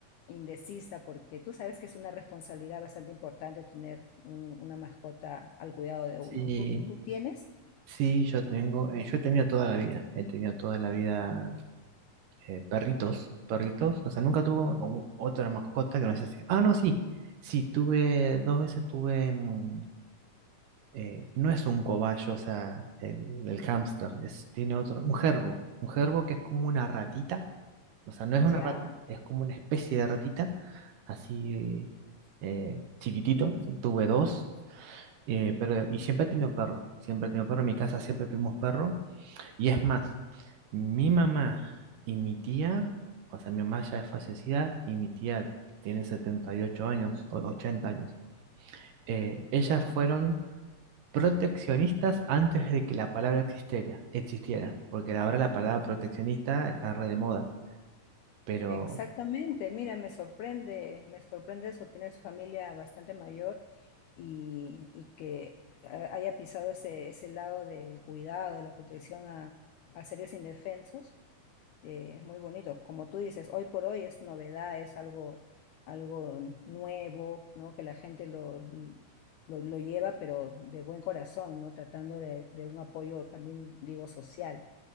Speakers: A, on the left (about 80°); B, on the right (about 75°).
A: indecisa porque tú sabes que es una responsabilidad bastante importante tener un- una mascota al cuidado de
B: Sí,
A: uno. ¿Tú, tú tienes?
B: sí, yo tengo, eh, yo he tenido toda la vida, he tenido toda la vida eh, perritos, perritos, o sea, nunca tuve u- otra mascota que no sea así. Ah, no, sí, sí, tuve, dos veces tuve, mm, eh, no es un cobayo, o sea, el, el hámster, es, tiene otro, un gerbo, un gerbo que es como una ratita, o sea, no es
A: Ya,
B: una rata, es como una especie de ratita, así eh, chiquitito, tuve dos, eh, pero, y siempre he tenido perro, siempre he tenido perro, en mi casa siempre tuvimos perro. Y es más, mi mamá y mi tía, o sea, mi mamá ya es fallecida y mi tía tiene 78 años, o 80 años. Eh, ellas
A: ya.
B: fueron proteccionistas antes de que la palabra existiera, existiera, porque ahora la palabra proteccionista está re de moda. Pero
A: Exactamente, mira, me sorprende, me sorprende eso, tienes familia bastante mayor y, y que ha- haya pisado ese, ese lado del cuidado, de la protección a, a seres indefensos, eh, es muy bonito. Como tú dices, hoy por hoy es novedad, es algo, algo nuevo, ¿no? Que la gente lo, lo, lo lleva, pero de buen corazón, ¿no? Tratando de, de un apoyo también, digo, social